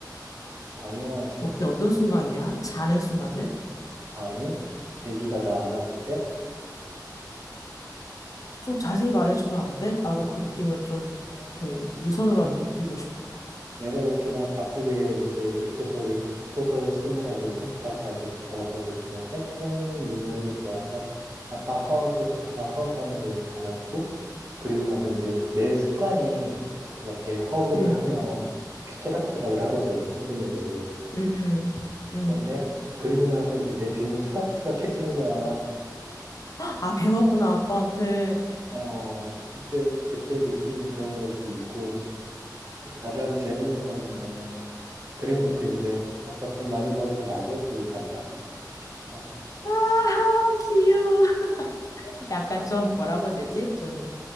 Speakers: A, on the right; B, on the left.
A: 당연하지.
B: 어때? 어떤 순간이야? 자는 순간들?
A: 아니, 아기가 나 안아줄 때
B: 좀 자세히 말해주면 안 돼? 나도 그 느낌을 좀
A: 어,
B: 이렇게 유선으로라도
A: 이렇게
B: 느끼고 싶어.
A: 내가 이렇게 막 바쁘게 이제 웹소설을 소설을 쓰느라고 컴퓨터 앞에 앉아서 작업하고 있으면 빼꼼히 문 열고 들어와서 아빠 허그, 아빠 허그 하면서 이렇게 안아주고 그리고 나서 이제 내 습관이 이렇게 허그를
B: 응,
A: 하면 이렇게 토닥토닥을 하거든 한 손으로.
B: 응, 응. 응.
A: 그런데 그리고 나서 이제 내 등을 토닥토닥 해주는 거야.
B: 아, 배웠구나, 아빠한테.
A: 어, 그때, 그때 느끼는 그런 것도 있고, 가장 재밌는 거는 뭐냐면, 그래 놓고 이제, 아빠 돈 많이 벌어서 나 줘? 그러고 간다? 이 새끼가.
B: 아하, 귀여워. 약간 좀 뭐라고 해야 되지? 좀